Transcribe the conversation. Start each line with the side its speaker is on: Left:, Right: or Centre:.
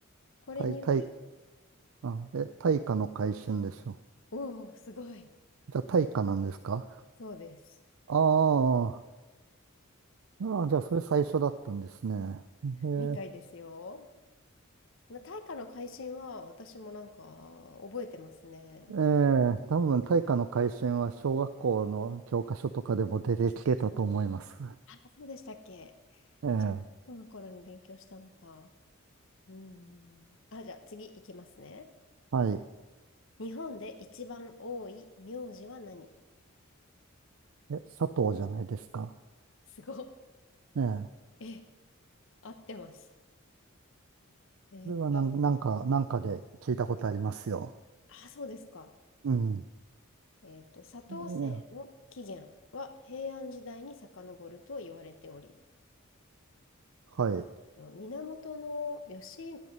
Left: これにより、
Right: 対、対、あ、え、対価の改新でしょ
Left: おお、すごい、
Right: う。じゃあ、対価なんですか
Left: そうです。
Right: ああ、ああ、じゃあ、それ最初だったんですね。ええ
Left: みたいですよ。まあ、大化の改新は私もなんか覚えてますね。
Right: ええ多分、対価の改新は小学校の教科書とかでも出てきてたと思います。
Left: あ、そうでしたっけ。
Right: ええ
Left: この頃に勉強したのか。うん。あ、じゃあ次いきますね。
Right: はい。
Left: 日本で一番多い名字は何
Right: え、佐藤じゃないですか。
Left: すごっ。
Right: ええ
Left: え、合ってます。えーっと、
Right: これはなん、なんか、なんかで聞いたことありますよ。
Left: あ、そうですか。
Right: うん。
Left: えっと、砂糖政の起源は平安時代に遡ると言われており、
Right: ええはい。
Left: えっと、源の義、